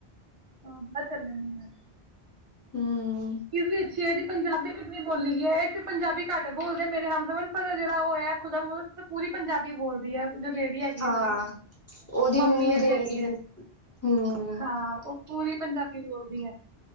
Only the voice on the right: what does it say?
ਹਾਂ, <unintelligible>
ਚੀਜ਼ ਵੀ ਅੱਛੀ ਐ ਏਦੀ ਪੰਜਾਬੀ ਕਿੰਨੀ ਬੋਲੀ ਗੀ ਆ ਏਚ ਪੰਜਾਬੀ ਘਟ ਬੋਲਦੇ ਮੇਰੇ ਹਮਸਫਰ ਪਤਾ ਜੇੜਾ ਓਹੈ ਖੁਦਾ ਨੂੰ ਮਤਲਬ ਤਾਂ ਪੂਰੀ ਪੰਜਾਬੀ ਬੋਲਦੀ ਐ। ਜੋ ਲੇਡੀ ਹੈਗੀ
ਆ ਓਦੀ,
ਮੰਮੀ ਜੇੜੀ
ਹੈਗੀ
ਆ
ਹਾਂ ਐ। ਪੂਰੀ ਪੰਜਾਬੀ ਬੋਲਦੀ ਐ।